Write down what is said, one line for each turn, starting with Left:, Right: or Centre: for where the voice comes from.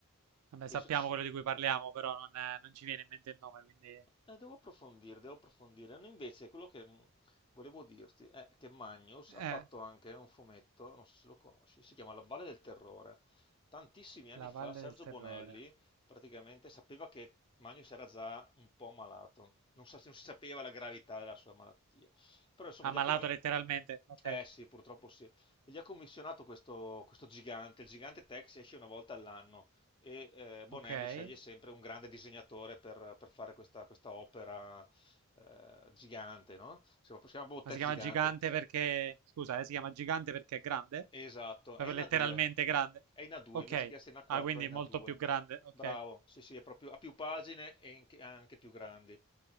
Right: Vabbè,
Left: penso
Right: sappiamo
Left: ci-
Right: quello di cui parliamo, però non, eh, non ci viene in mente il nome, quindi...
Left: Eh, devo approfondire, devo approfondire. No, Invece, quello che mh, volevo dirti è che Magnus
Right: Eh,
Left: ha fatto anche un fumetto, non so se lo conosci, si chiama La Valle del Terrore. Tantissimi anni
Right: la
Left: fa
Right: Valle
Left: Sergio
Right: del Terrore.
Left: Bonelli praticamente sapeva che Magnus era già un po' malato, non, sa- non si sapeva la gravità della sua malattia. Però insomma,
Right: Ammalato
Left: gli ha commi-
Right: letteralmente, ok,
Left: eh sì, purtroppo sì. Gli ha commissionato questo, questo gigante, il gigante Tex esce una volta all'anno e eh, Bonelli
Right: ok.
Left: sceglie sempre un grande disegnatore per, per fare questa, questa opera eh, gigante, no? Si chiama, si chiama proprio
Right: Ma si
Left: Tex
Right: chiama
Left: Gigante.
Right: gigante perché... Scusa, eh, si chiama gigante perché è grande?
Left: Esatto,
Right: Proprio
Left: è in
Right: letteralmente
Left: A2,
Right: grande?
Left: è in A2,
Right: Ok.
Left: invece che essere in A4
Right: Ah, quindi
Left: è in
Right: molto
Left: A2.
Right: più grande, ok.
Left: Bravo, sì sì, è proprio, ha più pagine e anche anche più grandi. E